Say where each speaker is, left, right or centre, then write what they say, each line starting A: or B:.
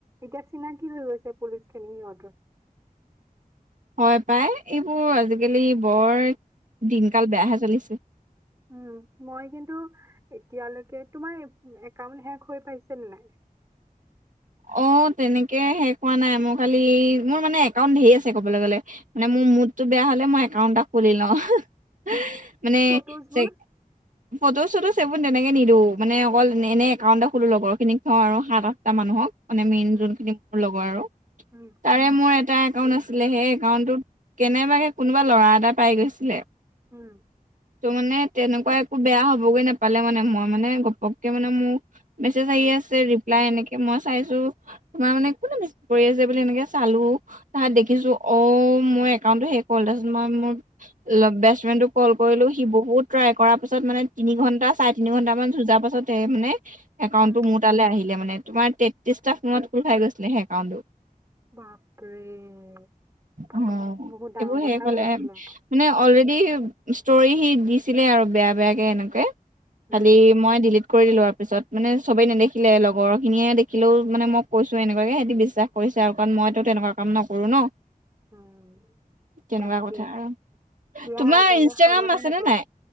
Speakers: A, on the right; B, on the right.
A: এতিয়া চিনাকি হৈ গৈছে পুলিচ খিনি সিহঁতৰ।
B: হয় পাই এইবোৰ আজিকালি বৰ দিনকাল বেয়াহে চলিছে।
A: উ মই কিন্তু এতিয়ালৈকে তোমাৰ একাউণ্ট হেক হৈ পাইছে নে নাই।
B: অ তেনেকে হেক হোৱা নাই, মোৰ খালি মোৰ মানে একাউণ্ট ধেৰ আছে ক'বলৈ গলে মানে মোৰ মুডটো বেয়া হলে মই একাউণ্ট এটা খুলি লওঁ। <inaudible> <unintelligible> মানে
A: ফটোজ বোৰ
B: চ ফটো চটোচ সেইবোৰ তেনেকে নিদো মানে অকল এনে একাউণ্ট এটা খোলো লগৰ খিনিক থওঁ আৰু সাত। এটা মানুহক। মানে মেইন
A: উম,
B: যোনখিনি মোৰ লগৰ আৰু,
A: উম,
B: তাৰে মোৰ। এটা একাউণ্ট আছিলে সেই একাউণ্টটোত কেনেবাকে কোনোবা ল'ৰা এটা পাই গৈছিলে।
A: উম।
B: ত' মানে তেনেকুৱা একো বেয়া হ'বগে নাপালে মানে মই মানে গপককে মানে মোৰ মেছেজ আহি আছে ৰিপ্লাই এনেকে। মই চাইছো, তোমাৰ মানে কোনে মেছেজ কৰি আছে বুলি এনেকে চালো, তাত দেখিছো অ মোৰ একাউণ্টটো সেই কল তাৰপিছত মই মোৰ বেষ্ট ফ্ৰেণ্ডটোক কল কৰিলো সি বহুত ট্ৰাই কৰাৰ পিছত মানে তিনি ঘন্টা চাই তিনি ঘণ্টা মান যোৱাৰ পিছত মানে। একাউণ্ট
A: উম,
B: টো মোৰ তালে আহিলে মানে। তোমাৰ তেত্ৰিশটা ফোনত খুল খাই গৈছিলে সেই একাউণ্টো।
A: বাপৰে <unintelligible>
B: অ
A: বহুত ডাঙৰ
B: এইবোৰ
A: কথা
B: শেষ হলে
A: হৈ গৈছিলে।
B: মানে অলৰেডি ষ্টৰি সি দিছিলে আৰু বেয়া বেয়াকে এনেকে।
A: উম,
B: খালি মই দিলিট। কৰি দিলো আৰু পিছত মানে চবেই নেদেখিলে লগৰ। সেইখিনিয়ে দেখিলেও মানে মই কৈছো এনেকুৱাকে সেতি বিশ্বাস কৰিছে আৰু কাৰণ মই। তেনেকুৱা কাম নকৰো ন। '
A: উম,
B: তেনেকুৱা
A: তাকে
B: কথা আৰু
A: ইয়াৰ
B: তোমাৰ
A: আগলৈ
B: ইনষ্টাগ্ৰাম
A: সাৱধান
B: আছেনে
A: হব
B: নাই?